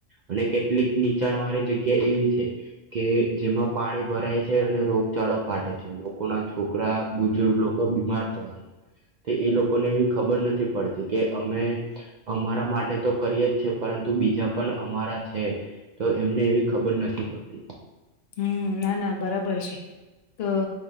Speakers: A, on the right; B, on the left.
A: અને કેટલીક નીચાણ વાળી જગ્યા એવી છે કે જેમાં પાણી ભરાય છે અને રોગચાળો ફાટે છે લોકોના છોકરા બુજુર્ગ લોકો બીમાર પડે છે તે એ લોકોને એવી ખબર નથી પડતી કે અમે અમારા માટે તો કરીએ જ છે પરંતુ બીજા પણ અમારા છે તો એમને એવી ખબર નથી પડતી
B: હમ ના ના બરાબર છે અ